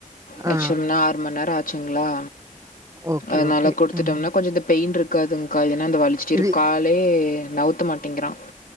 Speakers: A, on the left; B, on the right.
A: வச்சோம்னா
B: ஆ
A: ஆறு மண்நேர ஆச்சுங்ளா
B: ஓகே
A: அதனால
B: ஓகே
A: குடுத்துட்டம்னா
B: ஆ
A: கொஞ்ச இந்த பெயின் இருக் காதுங்க்கா இல்னா அது வலிச்சுட்டே இருக்
B: இது
A: காலே நவுத்த மாட்டேங்கிறா